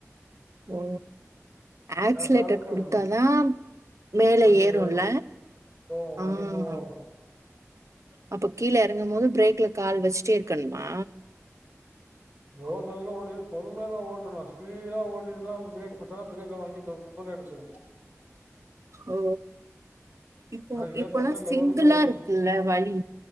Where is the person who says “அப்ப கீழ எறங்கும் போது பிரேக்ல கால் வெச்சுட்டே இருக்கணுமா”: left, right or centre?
Right